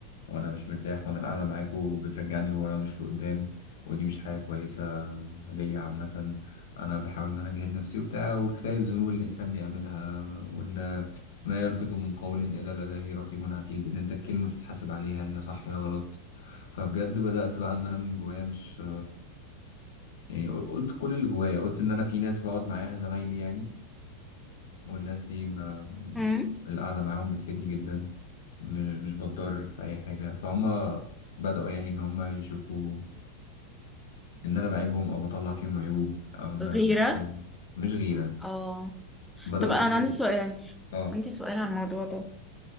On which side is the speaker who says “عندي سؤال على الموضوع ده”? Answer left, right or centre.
Centre